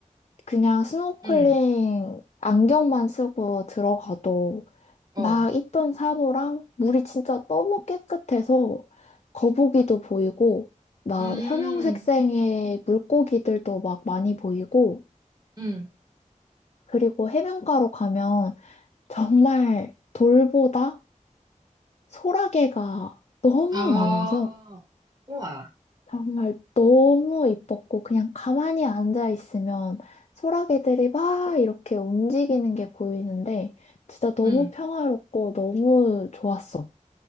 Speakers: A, on the left (about 55°); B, on the right (about 30°).
A: 그냥 스노클링
B: 음,
A: 안경만 쓰고 들어가도
B: 어,
A: 막 이쁜 산호랑 물이 진짜 너무 깨끗해서 거북이도 보이고 막
B: 음,
A: 형형색색의 물고기들도 막 많이 보이고
B: 음.
A: 그리고 해변가로 가면 정말 돌보다 소라게가 너무
B: 아,
A: 많아서
B: 우와,
A: 정말 너무 이뻤고 그냥 가만히 앉아 있으면 소라게들이 막 이렇게 움직이는 게 보이는데 진짜 너무
B: 음.
A: 평화롭고 너무 좋았어.